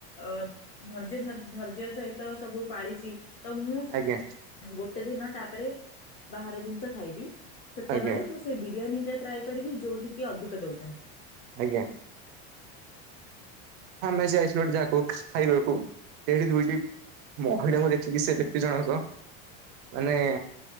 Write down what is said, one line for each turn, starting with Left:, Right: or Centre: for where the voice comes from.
Left: ଅ, ଧର୍ଯ୍ୟ ଧରି ଧର୍ଯ୍ୟ ସହିତ ସବୁ ପାଳିଛି, ତ ମୁଁ
Right: ଆଜ୍ଞା
Left: ଗୋଟେ ଦିନ ତାପରେ ବାହାର ଜିନିଷ ଖାଇବି, ସେତେବେଳେ
Right: ଆଜ୍ଞା
Left: ମୁଁ ସେ ବିରିୟାନୀ ଟା ଟ୍ରାଏ କରିବି ଯୋଉଠିକି ଅଧିକ ଦଉଛନ୍ତି।
Right: ଆଜ୍ଞା। ଆମେ ଯେ ଆାଇସ୍ ଗୋଟେ ଯାକୁ ଖାଇବାକୁ ଏହି ଦୁଇଟି ମହିଳାଙ୍କୁ ଦେଖିକି ସେ ବ୍ୟକ୍ତି ଜଣଙ୍କ ମାନେ